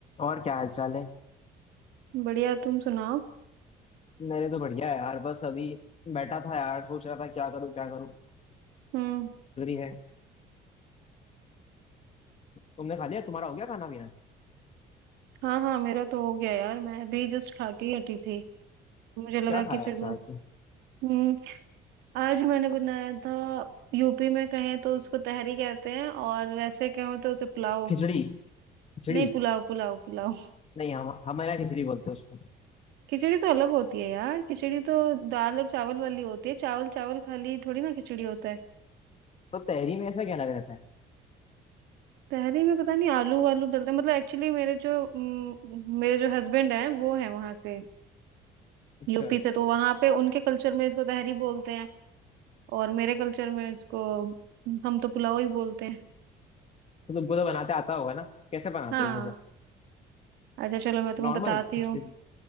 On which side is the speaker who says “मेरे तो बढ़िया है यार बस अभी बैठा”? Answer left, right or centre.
Left